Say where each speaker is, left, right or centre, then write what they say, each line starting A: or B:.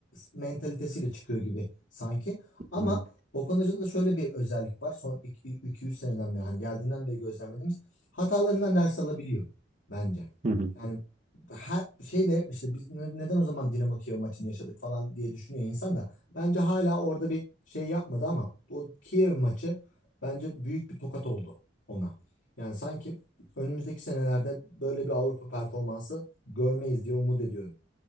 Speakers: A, on the left; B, on the right.
A: mentalitesiyle çıkıyor gibi sanki. Ama
B: Hı hı.
A: Okan Hoca'da da şöyle bir özellik var son iki yüz seneden beri hani geldiğinden beri gözlemlediğimiz hatalarından ders alabiliyor bence.
B: Hı hı.
A: Yani her şey de işte biz ne- neden o zaman Dinamo Kiev maçını yaşadık falan diye düşünüyor insan da bence hala orada bir şey yapmadı ama o Kiev maçı bence büyük bir tokat oldu ona. Yani sanki önümüzdeki senelerde böyle bir Avrupa performansı görmeyiz diye umut ediyorum.